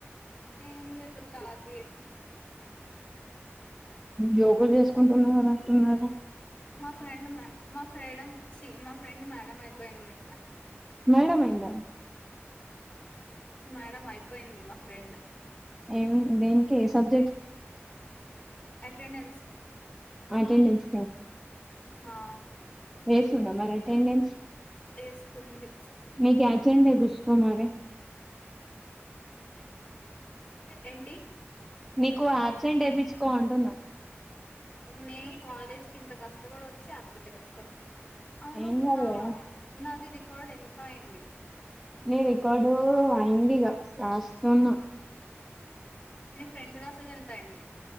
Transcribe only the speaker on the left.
ఏం లేదు కాలి ఏ
మా ఫ్రెండ్ మా ఫ్రెడ చి మా ఫ్రెండ్ మేడం అయిపోయింది
మేడం అయిపోయింది మా ఫ్రెండ్
అటెనెన్స్ కి
హా
వేస్తుంది
ఏంటి
నేను కాలేజ్ కి ఇంత కష్టపడి వచ్చి అబ్సెంట్ ఏపీచుకోన అవును
నా
నాది రికార్డ్ ఎంత అయింది
నీ ఫ్రెండ్ రాసెది ఎంత ఐంది